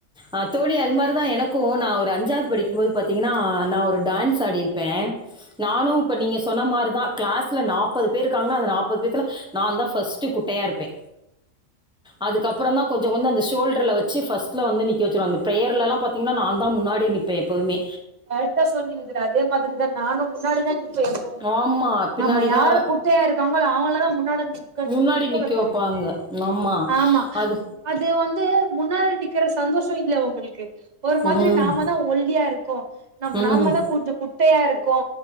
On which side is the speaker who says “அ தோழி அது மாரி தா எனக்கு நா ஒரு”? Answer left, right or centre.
Centre